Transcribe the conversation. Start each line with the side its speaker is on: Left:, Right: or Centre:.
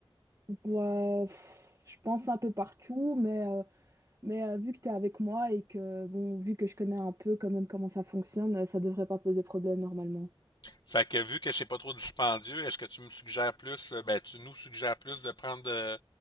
Right: Bah, pff, je pense un peu partout, mais... euh, Mais euh, vu que tu es avec moi et que, bon, vu que je connais un peu quand même comment ça fonctionne, euh, ça devrait pas poser problème normalement.
Left: Fait que vu que c'est pas trop dispendieux, est-ce que tu me suggères plus, euh, ben tu nous suggères plus de prendre euh,